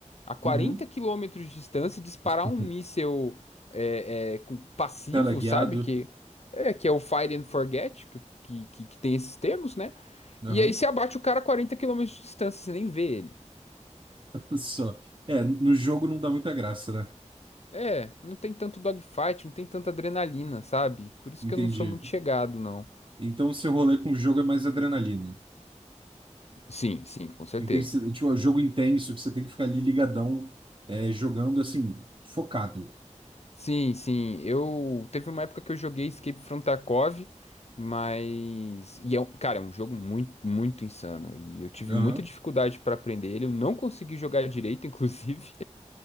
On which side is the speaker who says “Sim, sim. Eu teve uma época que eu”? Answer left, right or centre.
Left